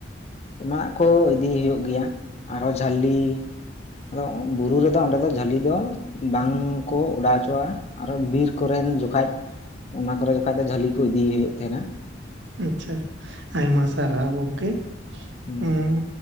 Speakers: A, on the left (about 35°); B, on the right (about 65°).
A: ᱮᱢᱟᱜ ᱠᱚ ᱤᱫᱤ ᱦᱩᱭᱩᱜ ᱜᱮᱭᱟ ᱟᱨᱚ ᱡᱷᱟᱹᱞᱤ ᱟᱫᱚ ᱵᱩᱨᱩ ᱨᱮᱫᱚ ᱚᱸᱰᱮ ᱫᱚ ᱡᱷᱟᱹᱞᱤ ᱫᱚ ᱵᱟᱝ ᱠᱚ ᱚᱰᱟᱣ ᱦᱚᱪᱚᱣᱟᱜ-ᱟ ᱟᱨᱚ ᱵᱤᱨ ᱠᱚ ᱨᱮᱱ ᱡᱚᱠᱷᱟᱡ ᱚᱱᱟ ᱠᱚᱨᱮ ᱡᱚᱠᱷᱟᱡ ᱫᱚ ᱡᱷᱟᱹᱞᱤ ᱠᱚ ᱤᱫᱤᱭᱮ ᱦᱩᱭᱩᱜ ᱛᱟᱦᱮᱸᱱᱟ᱾
B: ᱟᱪᱪᱷᱟ ᱟᱭᱢᱟ ᱥᱟᱨᱦᱟᱣ ᱜᱚᱝᱠᱮ
A: ᱦᱩᱸ
B: ᱩᱸ